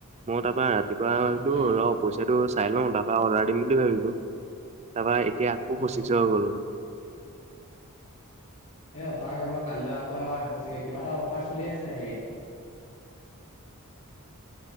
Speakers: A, on the right; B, on the left.
A: তাৰপৰা ৰা ৰাতিপুৱালো
B: উম
A: ৰ পইচাটো চাই লওঁ তাৰপা অৰ্ডাৰ দিম বুলি ভাবো তাৰপা এতিয়া আকৌ
B: উম
A: পচিশ হৈ গ'ল
B: এই অফাৰ আহিব কাইলৈ আকৌ আহিব চাগে কিবা এটা অফাৰ চলি আছে হেৰিত <unintelligible>